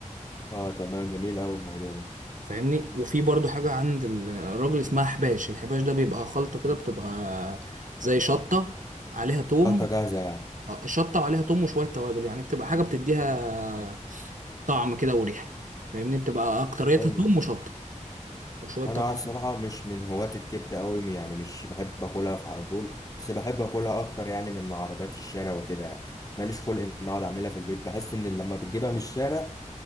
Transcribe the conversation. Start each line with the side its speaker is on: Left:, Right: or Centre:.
Left: اه تمام جميل اوي الموضوع ده
Right: فاهمني وفي برضو حاجه عند الراجل اسمها حباش الحباش ده بيبقى خلطه كده بتبقى زي شطه عليها توم
Left: خلطة جاهزة يعني
Right: آه، شطه وعليها توم وشويه توابل يعني بتبقى حاجه بتديها طعم كده وريحه فاهمني بتبقى اكتريتها
Left: حلو
Right: توم وشطه وشويه
Left: انا
Right: توابل
Left: الصراحه مش من هواة الكبده قوي يعني مش بحب اكلها في على طول بس بحب اكلها اكتر يعني من عربيات الشارع وكده يعني ماليش خلق ان اقعد اعملها في البيت بحس ان لما بتجيبها من الشارع